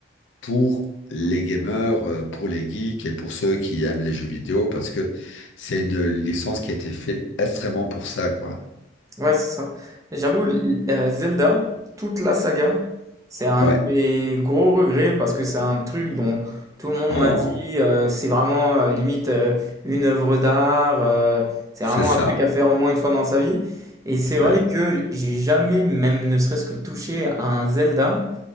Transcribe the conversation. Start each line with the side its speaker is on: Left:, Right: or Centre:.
Left: pour les gamers, euh, pour les geeks et pour ceux qui aiment les jeux vidéo parce que c'est une licence qui a été faite extrêmement pour ça, quoi.
Right: Ouais, c'est ça. J'avoue, l- euh, Zelda, toute la saga, c'est un
Left: Ouais.
Right: de mes gros regrets parce que c'est un truc dont tout le monde
Left: Oh,
Right: m'a dit, euh, c'est vraiment euh, limite euh, une œuvre d'art, euh, c'est
Left: c'est
Right: vraiment
Left: ça.
Right: un truc à faire au moins une fois dans sa vie. Et c'est vrai
Left: Ouais.
Right: que j'ai jamais, même ne serait-ce que touché à un Zelda